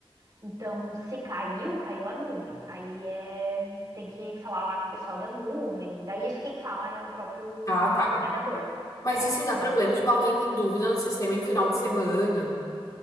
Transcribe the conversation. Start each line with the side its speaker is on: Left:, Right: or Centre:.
Right: Então, se caiu, caiu a nuvem. Aí é, tem que falar lá com o pessoal da nuvem. Daí isso quem fala é o próprio
Left: Ah, tá.
Right: coordenador.
Left: Mas
Right: É,
Left: e se dá
Right: não
Left: problema?
Right: isso
Left: Tipo,
Right: não.
Left: alguém tem dúvida no sistema em final de semana?